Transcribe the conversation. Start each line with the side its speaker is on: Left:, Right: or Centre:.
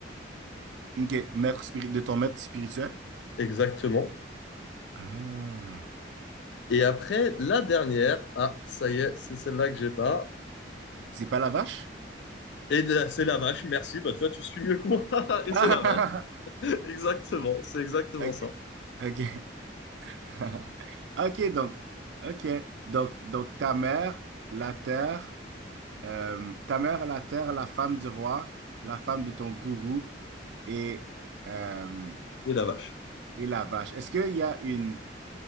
Right: ok, maître spiri- de ton maître spirituel.
Left: Exactement.
Right: Ah,
Left: Et après, la dernière, ah, ça y est, c'est celle-là que j'ai pas.
Right: c'est pas la vache?
Left: Et de- c'est la vache, merci, bah tu vois, tu suis mieux que moi. <laughs> Et
Right: Ah,
Left: c'est la vache, <laughs> exactement, c'est exactement
Right: <laughs> ok,
Left: ça.
Right: ok. <laughs> Ok, donc, ok. Donc, donc, ta mère, la terre, euh, ta mère, la terre, la femme du roi, la femme de ton gourou et, euh,
Left: Et la vache.
Right: et la vache. Est-ce qu'il y a une,